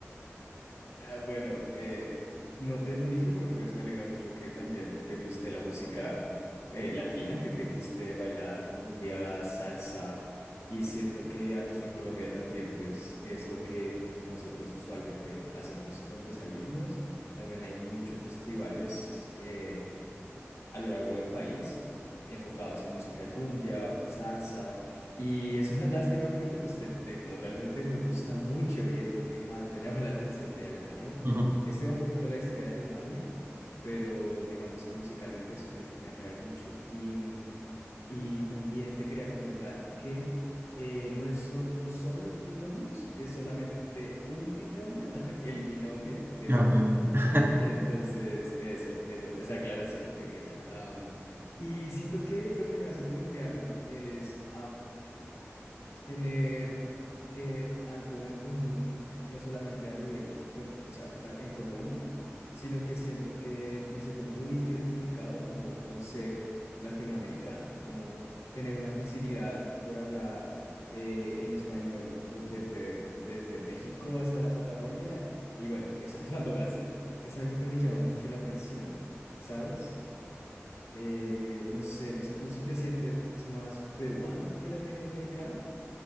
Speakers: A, on the left; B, on the right.
A: Ah, Bueno, eh, no te lo dije, pero pues me alegra mucho que también te guste la música eh, latina, que te guste bailar cumbia, salsa, y siento que aquí en Colombia también pues es lo que nosotros usualmente hacemos cuando salimos. También hay muchos festivales. eh, a lo largo del país, enfocados en música de cumbia, salsa, y es una <laughs> lástima que no te guste el techno, realmente me gusta mucho y es lo que más me <laughs> llama la atención de Alemania.
B: Ujú.
A: Estudié un poquito la historia de Alemania, pero digamos que musicalmente eso me, me atrae mucho. Y, mm, y también te quería comentar que... eh, no es so- no son los binomios, es solamente un binomio, <laughs> el binomio de
B: Ya,
A: oro,
B: ok. <laughs>
A: entonces, eso, eso, esa aclaración pequeña. Am, y siento que lo que me hace colombiano es tener eh, algo en común, no solamente a nivel, con- o sea, a- en Colombia, sino que siento que me siento muy identificado como con ser latinoamericano, como tener una facilidad por hablar eh, en español con gente desde México hasta la Patagonia, y bueno, exceptuando Brasil, es algo que me llama mucho la atención, ¿sabes? Eh, no sé, no sé, ¿tú sí te sientes más peruano que latinoamericano?